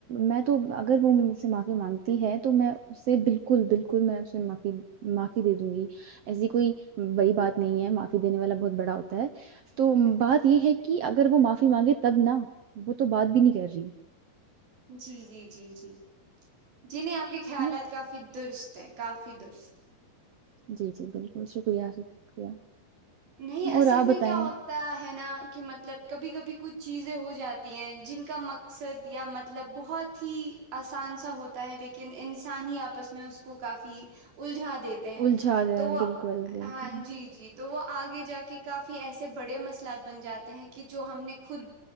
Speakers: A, on the right; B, on the right.
A: میں تو اگر وہ م سے معافی مانگتی ہے تو میں اس سے بالکل بالکل میں اسے معفی معافی دے دوں گی ایسی کوئی بڑی بات نہیں ہے معافی دینے والا بہت بڑا ہوتا ہے تو بات یہ ہے کہ اگر وہ معافی مانگے تب نہ وہ تو بات بھی نہیں کر رہی
B: جی جی جی جی جنیں آپ کے خیالات
A: نا
B: کافی درست کافی درست
A: جی جی بالکل شکریہ شکریہ
B: نہیں اصل
A: اور آپ
B: میں
A: بتائیں
B: کیا ہوتا ہے نا کہ مطلب کبھی کبھی کچھ چیزیں ہو جاتی ہیں جن کا مقصد یا مطلب بہت ہی آسان سا ہوتا ہے لیکن انسان ہی آپس میں میں اس کو کافی الجھا دیتے ہیں
A: الجھا رہے
B: تو وہ
A: بالکل بالکل
B: ہاں جی جی تو وہ آگے جا کے کہ کافی ایسے بڑے مسئلات بن جاتے ہیں کہ جو ہم نے خود